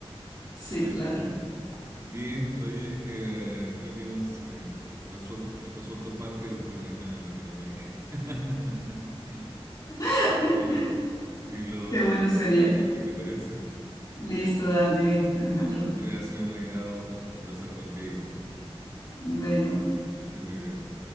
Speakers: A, on the left; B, on the right.
A: sí,
B: Oye,
A: claro.
B: bien, oye, eh, creo que hemos eh, resuel- resuelto parte del problema en Latinoamérica. <laughs>
A: <laughs>
B: Lo- y lo,
A: Qué
B: lo
A: bueno
B: dejamos
A: sería.
B: hasta aquí, ¿te parece?
A: Listo, dale, Alejandro.
B: Eh, Andrea, ha sido un agrado conversar contigo.
A: Bueno.
B: Que estés muy bien.